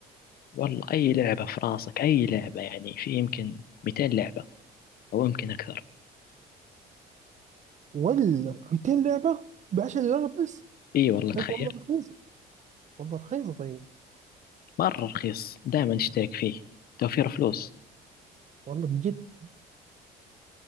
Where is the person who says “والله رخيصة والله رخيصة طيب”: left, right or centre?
Right